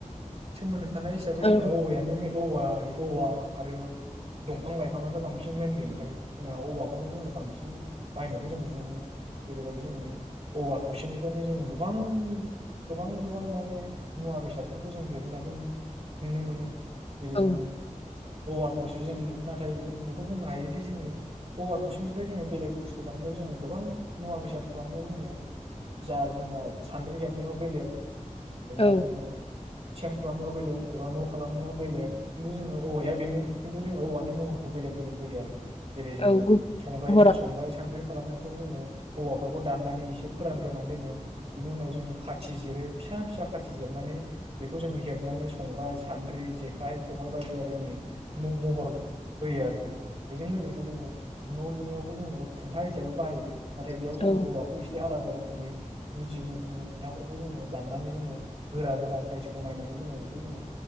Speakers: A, on the right; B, on the left.
A: सोमोन्दो थानाय हिसाबै
B: औ
A: जोंना औवायानो मेन औवा औवा आरो दंफां लाइ फाङानो बांसिन मेनलि ओंखारो जों औवाखौनो जोङो बांसिन बाहायनायखौ जों नुनो मोनो जेरैबायदि जोङो औवा थसेनिफ्रायनो जों गोबां गोबां गोबां माने मुवा बेसादफोरखौ जों दि हुननायखौ नुनो मोनो जेरै
B: औ
A: जों औवा थसे जों नाथाय जों बेखौ बुंनो हायोदि जोङो औवा थसेनिफ्राय जोङो बेलेग बुस्थु बानायनायाव जोङो गोबां मुवा बेसाद खालामनायाव जोङो जा जोंहा सान्द्रि हेबनायाव बेलेग एबा
B: औ
A: जोङो सेन खालामनायाव बेलेग एबा न' खालामनायाव बेलेग खिन्थु जोङो औवाया बेनो खिन्थु जोङो औवानि महरखौ बेलेग बेलेग होयो आरोखि जेरै जोङो
B: औ गुबुन
A: संग्राय संग्राय सानद्रि खालामनायफ्राव जोङो औवाफोरखौ दाननानै एसे फोरानग्रानै दोनो बेनि उनाव जों खाथि जिरो फिसा फिसा खाथि जिरनानै बेखौ जोङो हेबनानै संग्राय सान्द्रि जेखाइ खबाइ बायदि आरिनि महर होयो आरोखि बेजों लोगोसे जोङो न' लुनायावबो जोङो खुन्था हिसाबै बाहायो नाथाय बेयाव
B: हराव
A: जोङो औवाखौ एसे आलादा रो खोमै गुदि गुदिनि खुन्थाफोरखौ जोङो दाननानै जोङो गोरा गोरा साइस खौ नायनानै जोङो बेखौ जोङो